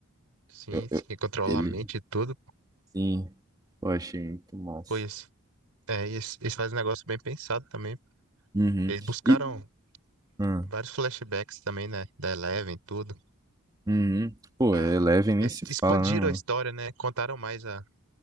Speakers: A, on the right; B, on the right.
A: sim,
B: eu,
A: sim,
B: eu-
A: controlar
B: ele.
A: a mente e tudo,
B: Sim, eu achei muito massa.
A: pois é, e eles, eles fazem um negócio bem pensado também.
B: Uhum.
A: Eles buscaram
B: E, Ah,
A: vários flashbacks também, né, da Eleven e tudo.
B: uhum. Pô,
A: Ah,
B: Eleven nem
A: eles
B: se fala,
A: expandiram
B: né, mano?
A: a história, né, contaram mais a,